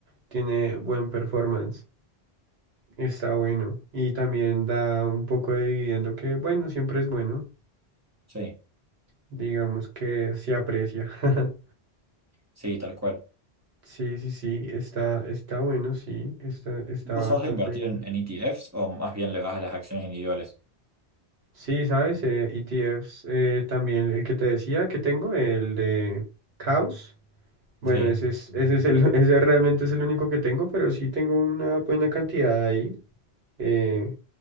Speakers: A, on the right (about 70°); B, on the right (about 20°).
A: Tiene buen performance. Está bueno. Y también da un poco de dividendo que, bueno, siempre es bueno.
B: Sí,
A: Digamos que se aprecia. <laughs>
B: sí, tal cual.
A: Sí, sí, sí. Está, está bueno, sí. Está, está
B: ¿Vos
A: bastante
B: sos de invertir
A: bien.
B: en, en ETFs o más bien le vas a las acciones individuales?
A: Sí, ¿sabes? Eh, ETFs, eh, también el que te decía que tengo, el de Caos. Bueno,
B: Sí,
A: ese es, ese es el, <laughs> ese realmente es el único que tengo, pero sí tengo una buena cantidad ahí, eh,